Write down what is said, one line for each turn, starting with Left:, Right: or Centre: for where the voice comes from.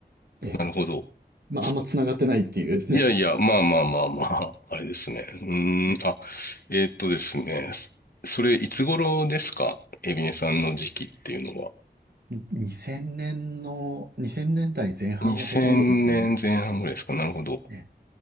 Right: ええ、
Left: なるほど。
Right: まああんま繋がってないっていう
Left: そういやいや、まあまあまあまあ、<laughs> あれですね。うーん、
Right: <laughs>
Left: あ、
Right: ええ
Left: えーっとですね。そそれ、いつ頃ですかエビネさんの時期っていうのは。
Right: 2000年の、2000年代前半がほとんどですね。
Left: 2000年前半ぐらいですか。なるほど。
Right: ええ